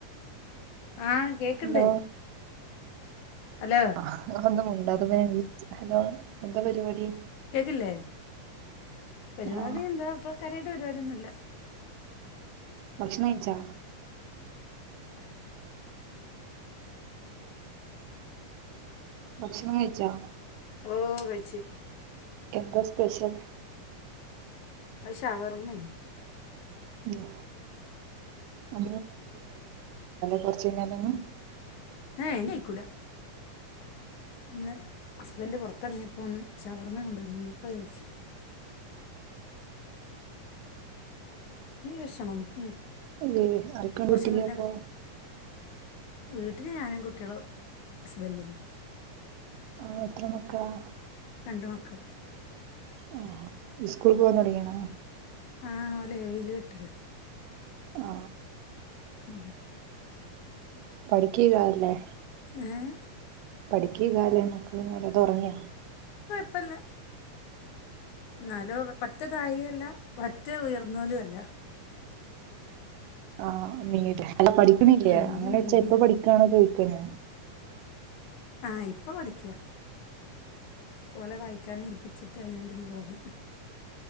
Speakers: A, on the left; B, on the right.
A: ആഹ് കേക്ക്ണ്ട്
B: ഹലോ
A: ഹലോ
B: ആഹ് മുണ്ടാത്തപ്പോ ഞാൻ വെച്ച് ഹലോ എന്താ പരിവാടി
A: കേക് ല്ലേ പരിവാടി
B: ആ
A: എന്താ പ്പൊ കാര്യായ് ട്ട് പരിവാടിന്നുല്ല
B: ഭക്ഷണം ഴിച്ചോ ഭക്ഷണം കഴിച്ചോ
A: ഓ കൈച്ചി
B: എന്ത സ്പെഷ്യൽ
A: അശെ ഷവർമ്മേ
B: മ് <unintelligible> <unintelligible> കുറച്ച് കഴിഞ്ഞാല ഒന്ന്
A: ഏ ഹ് നിയികൂല ഒന്ന് ഹസ്ബൻഡറ് പുറത്തിറങ്ങിയപ്പോന്ന് ശവർമ്മ കൊണ്ട്ുവ നിപ്പം കഴിച്ച് <unintelligible>
B: അല്ലേ അറക്കണ്ട
A: കുറച്ച്
B: കിട്ടില്ലേ
A: മുന്നേ
B: അപ്പൊ
A: വീട്ടില് ഞാനും കുട്ടികള ഹസ്ബന്ഡന്
B: ആഹ് എത്ര മക്കളാ
A: രണ്ട് മക്കൾ
B: ആ സ്കൂൾ പോവാ തുടിയണോ
A: ആ് ഓല ഏഴില് ഏട്ടല
B: ആ
A: ഉം
B: പഠിക്കുഏകാരം ല്ലെ
A: ഏഹ്
B: പഠിക്ക ക്യാരം ല്ലെ മക്കളന്ന് പറയ അതൊ ഉറങ്ങിയ
A: പ്പന്ന് എന്നാലോ പറ്റേതായിയല്ല മറ്റ ഉയർന്നലും അല്ല
B: ആഹ് മീര് അല്ല പഠിക്കുന്നില്ലേ
A: ആ ഒരു
B: അങ്ങനെ
A: മീഡിയം
B: വെച്ചാ ഇപ്പൊ പഠിക്കണോ ചോദിക്കന
A: ആ ഇപ്പൊ പഠിക്ക പോലെ വായിക്കൻ ഏൽപ്പിച്ചിട്ടാണ് ഞാൻ അതിന് പോന്നെ